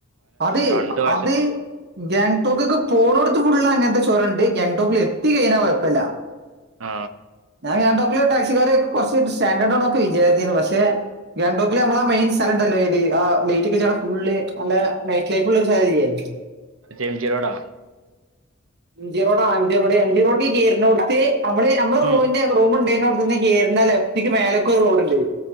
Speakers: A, on the right; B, on the right.
A: അതെ
B: രണ്ട് വശ
A: അത് ഗാംഗ്ടോക്ക്ക്ക് പോണ എടുത്ത് ഫുടു ഗാങ്ടോക്ക്ക്ക് പോണൊട്ത്ത് ഫുള്ള് അങ്ങനത്തെ ചോരണ്ട് ഗാംങ്ടോക്കിൽ എത്തി കഴിഞ്ഞാൽ കൊഴപ്പല്ല്യ
B: ആ
A: ഞാൻ <unintelligible> തുവരെ കൊറച്ച് സ്റ്റാഡേർ്ന്നൊക്കെ വിചാരിച്ചിനി പക്ഷെ ഗാങ്ടോക്കിൽ നമ്മള മെയിൻ സ്ഥലംണ്ടല്ലോ ഏത് ആ ലേറ്റ് ഒക്കെച്ചക്കണ ഫുള്ള് ഒള്ള നൈറ്റ് ലൈഫുള്ള ഒരു സലല്ല്യേ
B: യേംജി രോടാ
A: എംഞ്ചിറോഡ എംഞ്ചിറോഡ എംഞ്ചിറോഡ് ഈ കേർ നോടുത്ത് നമ്മള് നമ്മട
B: ഉം
A: റമിന്റെ റൂുണ്ടേതിനോടെത്തന്നന്ന് കേറുന്ന ലെഫ്റ്റക്ക് മേലക്കൂർ റോഡ്ുണ്ട്